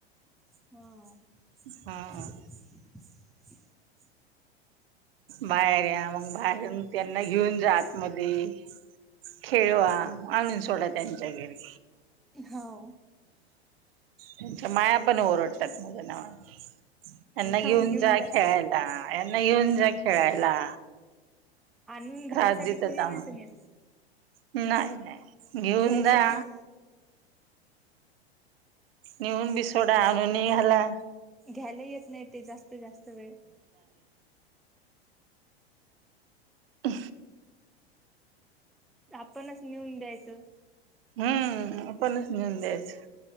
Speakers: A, in the centre; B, on the right.
A: हा.
B: हम्म बाहेर या मग बाहेर मग त्यांना घेऊन जात मध्ये खेळवा आणून सोडा त्यांच्या घरी
A: हो.
B: त्यांच्या माया पण ओरडतात माझ्या नावाने त्यांना घेऊन
A: खाऊन
B: जा
A: जात
B: खेळायला. यांना येऊन जा खेळायला.
A: आणून घरासाठी
B: त्रास देतात
A: कोणी
B: आम्हाला
A: नसनेत.
B: नाही नाही घेऊन
A: घ्यायसाठी
B: द्या निऊन बि सोडा आनुनी घाला.
A: घ्यायला येत नाही ते जास्त जास्त वेळ
B: अ
A: आपणच नेऊन द्यायचं.
B: हम्म आपणच नेऊन द्यायचं.